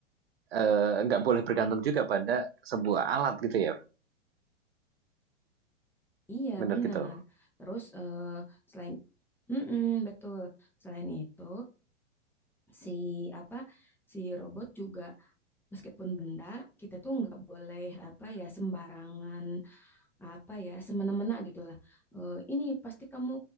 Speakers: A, on the right (about 55°); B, in the centre.
A: eh, nggak boleh bergantung juga pada sebuah alat gitu ya.
B: Iya,
A: Bener
B: benar.
A: gitu.
B: Terus eh, selain Mm-mm, betul. Selain itu, si apa si robot juga meskipun benda, kita tuh nggak boleh apa ya sembarangan apa ya semena-mena gitulah. Eh, ini pasti kamu